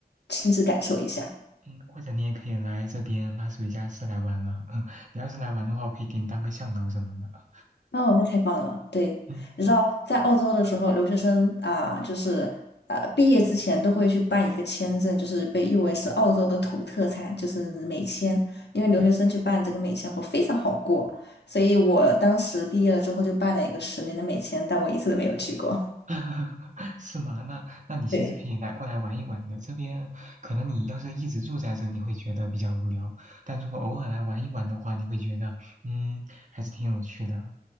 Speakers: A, on the left; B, on the right.
A: 亲自感受一下。
B: 嗯，或者你也可以来这边拉斯维加斯来玩啊，<laughs> 你要是来玩的话，我可以给你当个向导什么的啊。
A: 哦，那太棒了！对，
B: 嗯，
A: 你知道在澳洲的时候，留学生啊，就是呃，毕业之前都会去办一个签证，就是被誉为是澳洲的土特产，就是美签。因为留学生去办这个美签会非常好过，所以我当时毕业了之后就办了一个十年的美签，但我一次都没有去过。<laughs>
B: <laughs> 是吗？那那你其实可以来过来玩一玩的。
A: 对，
B: 这边可能你要是一直住在这，你会觉得比较无聊，但如果偶尔来玩一玩的话，你会觉得嗯，还是挺有趣的。